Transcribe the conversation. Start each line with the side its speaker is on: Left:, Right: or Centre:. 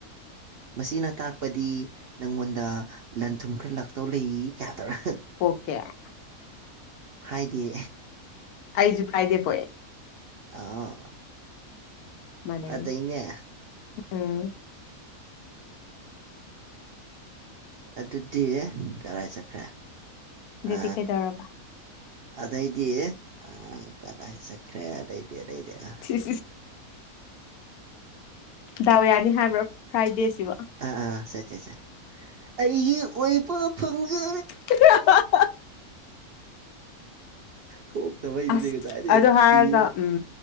Right: ꯃꯁꯤꯅ ꯇꯥꯛ ꯄꯗꯤ ꯅꯪꯉꯣꯟꯗ ꯂꯟ ꯊꯨꯝ ꯈꯔ ꯂꯥꯛꯇꯧ ꯂꯩ ꯀꯥꯏ ꯇꯧꯔ
Left: ꯀꯩꯕ
Right: ꯐꯔꯥꯏꯗꯦ
Left: ꯑꯩꯖꯨ ꯐ꯭ꯔꯥꯏꯗꯦ ꯄꯣꯛꯑꯦ
Right: ꯑꯥ
Left: ꯃꯥꯟꯅꯩꯅꯦ
Right: ꯐꯖꯩꯅꯦ
Left: ꯎꯝ
Right: ꯑꯗꯨꯗꯤ ꯀꯔꯥꯏ ꯆꯠꯈ꯭ꯔꯦ
Left: ꯑꯗꯨꯗꯤ
Right: ꯑ
Left: ꯀꯩꯗꯧꯔꯕ
Right: ꯑꯗꯩꯗꯤ ꯑꯪ ꯀꯗꯥꯏ ꯆꯠꯈ꯭ꯔꯦ ꯑꯗꯩꯗꯤ ꯑꯗꯩꯗꯤ ꯑ
Left: ꯁꯤ ꯗꯥꯎ ꯌꯥꯅꯤ ꯍꯥꯏꯕ꯭ꯔꫭ ꯐ꯭ꯔꯥꯏꯗꯦꯁꯤꯕꫭ
Right: ꯑꯥ ꯑꯥ ꯁꯦ ꯁꯦ ꯁꯦ ꯑꯩꯒꯤ ꯑꯣꯏꯕ ꯐꯪꯖ
Left: <unintelligible>
Right: ꯊꯣꯛꯇꯕꯩꯅꯤꯅꯦ
Left: ꯑꯁ
Right: ꯉꯁꯥꯏꯗꯩ
Left: ꯑꯗꯨ ꯍꯥꯏꯔꯒ
Right: ꯊꯤꯔꯒ
Left: ꯎꯝ